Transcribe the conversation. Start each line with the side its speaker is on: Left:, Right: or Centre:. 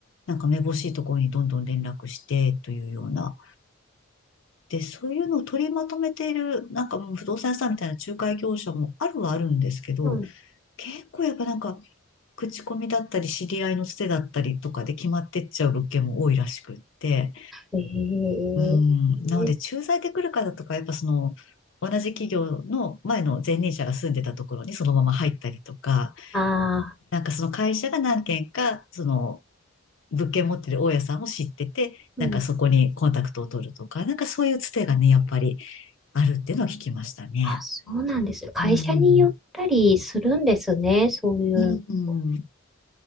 Left: なんかめぼしいところにどんどん連絡してというような。で、そういうのを取りまとめている、なんかもう不動産屋さんみたいな仲介業者もあるはあるんですけど、
Centre: は
Left: 結構やっぱなんか口コミだったり、知り合いのつてだったりとかで決まってっちゃう物件も多いらしくって、
Centre: い、
Left: うん、なので、
Centre: えー、
Left: 駐在で来る方とか、やっぱその、同じ企業の前の前任者が住んでたところにそのまま入ったりとか、
Centre: あ
Left: なんかその会社が何軒か、その、物件持ってる大家さんを知ってて、
Centre: ー、
Left: なんかそこにコンタクトを取るとか、
Centre: うん、
Left: なんかそういうつてがね、やっぱりあるっていうのは聞きましたね。
Centre: あ、そうなんです。会社によったりするんですね、
Left: うん。
Centre: そういうの
Left: うん。